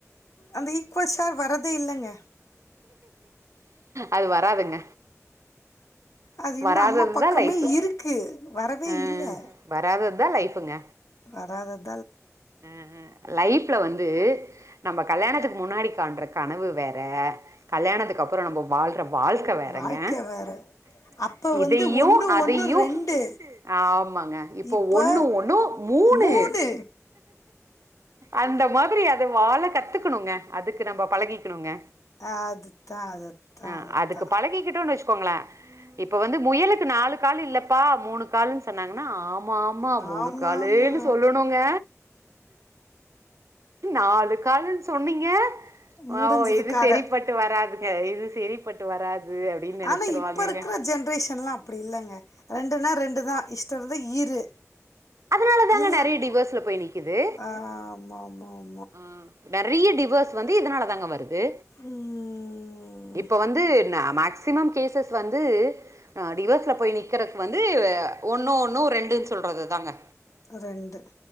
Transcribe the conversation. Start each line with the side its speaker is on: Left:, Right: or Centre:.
Left: அந்த ஈக்வல் ஷேர் வரதே இல்லங்க
Right: அது வராதுங்க
Left: அது
Right: வராததுதா
Left: இன்னும் அம்மா பக்கமே
Right: லைஃபு
Left: இருக்குது வரவே
Right: அ
Left: இல்லை
Right: வராததுதா லைஃபுங்க
Left: வராதது
Right: அ அ லைஃப்ல வந்து நம்ப கல்யாணத்துக்கு முன்னாடி காண்ற கனவு வேற கல்யாணத்துக்கு அப்பற நம்ப பால் ட்ற வாழ்க்க வேறங்க
Left: வாழ்க்க வேற அப்ப வந்து
Right: இதையு
Left: ஒண்ணு
Right: அதையு
Left: ஒண்ணு ரெண்டு
Right: ஆமங்க இப்போ
Left: இப்ப
Right: ஒன்னு ஒன்னு மூனு
Left: மூணு
Right: அந்த மாதிரி அத வாழ கத்துக்கணுங்க அதுக்கு நம்ம பழகிக்கிணுங்க
Left: அதுத்தா அதுத்தா
Right: அ
Left: அதுத்தா
Right: அதுக்கு பழகிகிட்டோன்னு வச்சுக்கோங்களே இப்ப வந்து முயலுக்கு நாலு கால் இல்லப்பா மூனு காலுன் சொன்னாங்கனா ஆ ஆமா ஆமா மூனு
Left: ஆமா
Right: காலூனு
Left: ஆமா
Right: சொல்லணுங்க நாலு காலுன் சொன்னீங்க
Left: முடிஞ்சது
Right: ஆ இது
Left: கத
Right: செரிப்பட்டு வராதுங்க இது செரி பட்டு வராது அப்டின்னு நெனச்சிருவாங்கங்க
Left: ஆனா இப்ப இருக்கிற ஜென்ரேஷன்லா அப்டி இல்லங்க ரெண்டுனா ரெண் டுதா இஷ்டருந்தா இரு
Right: அதனால தாங்க
Left: இல்லன்
Right: நெறைய டிவோர்ஸ்ல போய் நிக்குது
Left: ஆ ஆமா ஆமா
Right: ஆ நெறைய டிவேஸ் வந்து இதனாலதாங்க வருது
Left: ம்
Right: இப்ப வந்து ந மேக்சிமம் கேசஸ் வந்து அ டிவஸ்ல போய் நிக்கறக் வந்து அ ஒன்னு ஒன்னு ரெண்டுன் சொல்றதுதாங்க
Left: ரெண்டு